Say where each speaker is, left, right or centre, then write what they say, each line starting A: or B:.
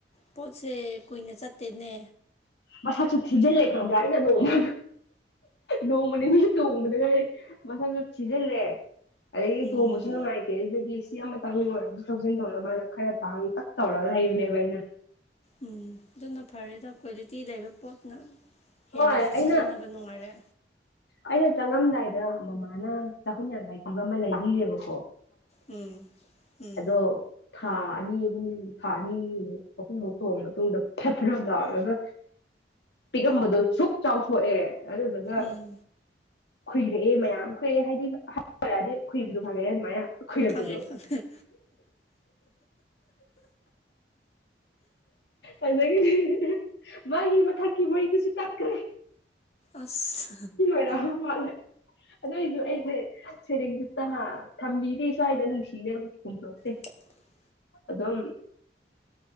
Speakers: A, on the left; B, on the left.
A: ꯄꯣꯠꯁꯦ ꯀꯨꯏꯅ ꯆꯠꯇꯦꯅꯦ
B: ꯃꯁꯛꯁꯨ ꯊꯤꯖꯤꯜꯂꯦ ꯈꯪꯕ꯭ꯔꯥ ꯑꯩꯅ ꯅꯣꯡꯃ ꯅꯣꯡꯃ ꯅꯤꯅꯤ ꯇꯣꯡꯕ ꯃꯁꯛꯁꯨ ꯊꯤꯖꯤꯜꯂꯦ ꯑꯗꯨꯒꯤ
A: ꯎꯝ
B: ꯇꯣꯡꯕꯁꯨ ꯅꯨꯡꯉꯥꯏ ꯇꯩꯗꯒꯤ ꯁꯤ ꯑꯃꯇꯪ ꯑꯣꯏꯔꯒ ꯊꯧꯖꯤꯟ ꯇꯧꯅꯕꯅ ꯈꯔ ꯇꯥꯡ ꯇꯛ ꯇꯧꯔꯒ ꯂꯩꯕꯅꯦꯕ ꯑꯩꯅ
A: ꯎꯝ ꯑꯗꯨꯅ ꯐꯔꯦꯗ ꯀ꯭ꯋꯥꯂꯤꯇꯤ ꯂꯩꯕ ꯄꯣꯠꯅ
B: ꯍꯣꯏ
A: ꯍꯦꯟꯅꯁꯨ
B: ꯑꯩꯅ
A: ꯁꯤꯖꯤꯟꯅꯕ ꯅꯨꯡꯉꯥꯏꯔꯦ
B: ꯑꯩꯅ ꯆꯪꯉꯝꯗꯥꯏꯗ ꯃꯃꯥꯅ ꯆꯍꯨꯝ ꯌꯥꯡꯈꯥꯏ ꯄꯤꯕ ꯑꯃ ꯂꯩꯕꯤꯌꯦꯕꯀꯣ
A: ꯎꯝ ꯎꯝ
B: ꯑꯗꯣ ꯊꯥ ꯑꯅꯤ ꯑꯍꯨꯝ ꯊꯥ ꯑꯅꯤꯃꯨꯛ ꯑꯍꯨꯝ ꯐꯥꯎꯛ ꯇꯣꯡꯑ ꯃꯇꯨꯡꯗ ꯐꯦꯕ꯭ꯔꯥ ꯂꯥꯛꯑꯒ ꯄꯤꯛꯑꯝꯕꯗꯨꯣ ꯁꯁꯨꯛ ꯆꯥꯎꯊꯣꯛꯑꯦ ꯑꯗꯨꯗꯨꯒ
A: ꯎꯝ
B: ꯈꯨꯨꯏꯔꯛꯑꯦ ꯃꯌꯥꯝ ꯈꯏꯦ ꯍꯥꯏꯗꯤꯛꯗꯤ ꯈꯨꯨꯏꯕꯗꯣ ꯐꯪꯉꯛꯑꯦ ꯑꯗꯨꯃꯥꯏꯅ ꯈꯨꯏꯔꯛꯄꯗꯣ
A: ꯈꯉꯩ ꯈꯉꯩ
B: ꯑꯗꯨꯗꯒꯤꯗꯤ ꯃꯥꯒꯤ ꯃꯊꯛꯀꯤ ꯃꯩꯗꯨꯁꯨ ꯇꯛꯈ꯭ꯔꯦ
A: ꯑꯁ
B: ꯔꯂ ꯑꯗꯨꯏꯁꯨ ꯑꯩꯁꯦ ꯁꯩꯔꯦꯡꯁꯨ ꯇ ꯊꯝꯕꯤꯔꯦ ꯁ꯭ꯋꯥꯏꯗ ꯅꯨꯡꯁꯤꯔꯦ ꯍꯨꯟꯗꯣꯛꯇꯦ
A: ꯊꯦꯡ
B: ꯑꯗꯨꯝ